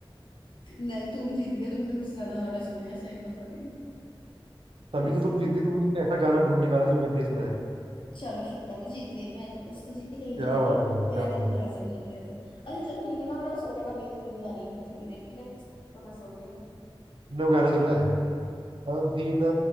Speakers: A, on the left; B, on the right.
A: नहीं तुम जीत गए तुमने मुझसे ज्यादा गाने सुने हैं सही बता रही हूँ
B: तभी
A: वैसे
B: तो तुम जीत गई तुमने ऐसा गाना ढूंढ निकाला जो मैंने नहीं सुना है
A: चलो शुक्र है जीत गई मैं तो कुछ तो जीती कहीं
B: क्या
A: तो जीती
B: बात है भाई
A: मेरा
B: क्या
A: तुम
B: बात
A: तो
B: है
A: वैसे भी जीतते रहते हो। अच्छा चलो ठीक है ना मेरे को सोने का नींद नींद आ रही है मुझे थोड़ी देर के लिए तो मैं सोती हूँ
B: नो गाना सुना है अभी ना